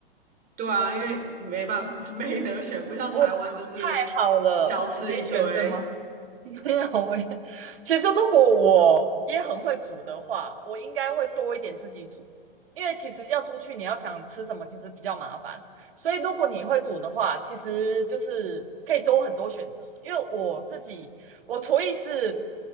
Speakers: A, on the right; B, on the right.
A: 对啊，因为没办法，<laughs> 没得选，不像台湾就是
B: 哇，太好了，
A: 小吃一堆。
B: 可以选是吗？<laughs> 没有，我也其实如果我也很会煮的话，我应该会多一点自己煮，因为其实要出去你要想吃什么，其实比较麻烦。所以如果你会煮的话，其实就是可以多很多选择。因为我自己我厨艺是